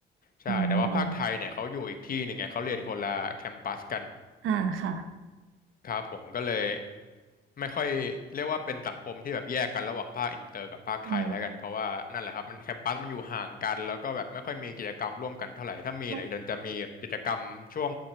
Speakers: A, on the left; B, on the right.
A: ใช่แต่ว่าภาคไทยเนี่ยเขาอยู่อีกที่หนึ่งไงเขาเรียนคนละแคมปัสกัน
B: อ๋ออ่าค่ะ
A: ครับผมก็เลยไม่ค่อยเรียกว่าเป็นสังคมที่แบบแยกกันระหว่างภาคอินเตอร์กับภาคไทยแล้วกันเพราะว่านั่นแหละครับมันแคมปัสมันอยู่ห่างกันแล้วก็แบบไม่ค่อยมีกิจกรรมร่วมกันเท่าไหร่ถ้ามีเนี่ยจะจะมีกิจกรรมช่วง
B: อ๋อมัน